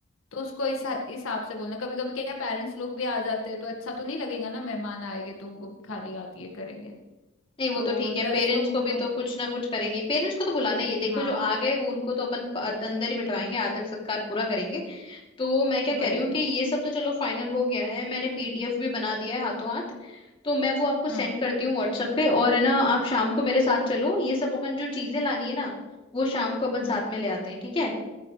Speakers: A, on the left (about 75°); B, on the left (about 25°).
A: तो उसको इस इस हिसाब से बोलना कभी कभी क्या पेरेंट्स लोग भी आ जाते हैं तो अच्छा तो नहीं लगेगा ना मेहमान आएंगे तो उनको खाली हाथ ये करेंगे
B: नहीं वो
A: तो
B: तो ठीक
A: दस
B: है पेरेंट्स
A: लोग
B: को
A: होगा
B: भी तो कुछ ना कुछ करेंगे पेरेंट्स को तो बुलाना ही है देखो
A: हाँ
B: जो आ गए वो उनको तो अपन प- अंदर ही बिठाएंगे आदर सत्कार पूरा करेंगे तो मैं क्या कह
A: वही
B: रही हूँ कि ये सब तो चलो फाइनल हो गया है मैंने पीडीएफ भी बना दिया है हाथों हाथ तो मैं वो आपको सेंड
A: हम्म
B: करती हूँ व्हाट्सएप पे और है ना आप शाम को मेरे साथ चलो ये सब अपन जो चीजें लानी है ना वो शाम को अपन
A: हम्म
B: साथ में ले आते हैं ठीक है